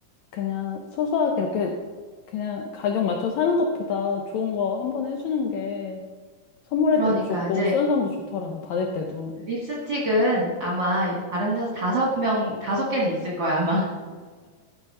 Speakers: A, on the left (about 85°); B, on the right (about 50°).
A: 그냥 소소하게 이렇게 그냥 가격 맞춰 사는 것보다 좋은 거 한 번에 해주는 게 선물할
B: 그러니까
A: 때도 좋고
B: 이제
A: 쓰는 사람도 좋더라고, 받을 때도.
B: 립스틱은
A: 응.
B: 아마 다른 데서 다섯 명, 다섯 개는 있을 거야, 아마.